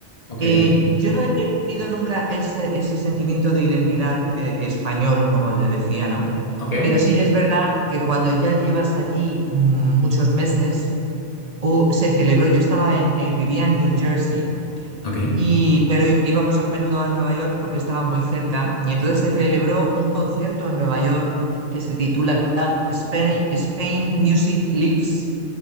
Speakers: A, on the left; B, on the right.
A: Ok,
B: eh, yo no he tenido nunca ese, ese sentimiento de identidad, eh, español, como te decía, ¿no?
A: ok,
B: Pero sí que es verdad que cuando ya llevas allí mm, muchos meses, O se celebró, yo estaba en, eh, vivía en New Jersey,
A: ok,
B: y, pero í- íbamos a menudo a Nueva York porque estaba muy cerca, y entonces se celebró un concierto en Nueva York que se titula Spain, Spain Music Lives.